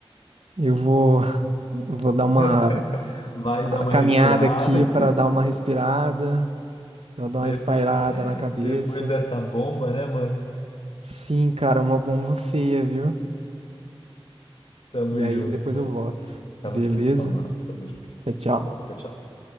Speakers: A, on the right (about 85°); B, on the left (about 65°).
A: Eu vou, vou dar uma
B: <laughs> vai
A: a
B: dar uma
A: caminhada
B: respirada.
A: aqui para dar uma respirada,
B: <laughs>
A: pra dar
B: Depois,
A: uma espairada na cabeça.
B: depois dessa bomba, né, mano?
A: Sim, cara, uma bomba feia, viu?
B: Tamo
A: E
B: junto,
A: aí depois
B: mano.
A: eu volto.
B: Tamo
A: Beleza?
B: junto. Vamos lá. Tamo junto.
A: Tchau, tchau.
B: Abraço, tchau.